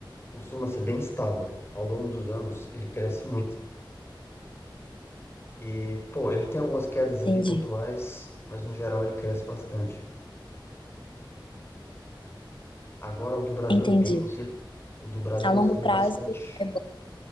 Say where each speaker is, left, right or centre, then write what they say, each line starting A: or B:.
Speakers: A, on the left; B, on the left.
A: costuma ser bem estável. Ao longo dos anos, ele cresce muito. E, pô, ele tem algumas quedas
B: Entendi.
A: ali pontuais, mas no geral ele cresce bastante. Agora, o do Brasil
B: Entendi.
A: é bem. oscila- O do Brasil
B: A longo
A: oscila
B: prazo
A: bastante.
B: é bom.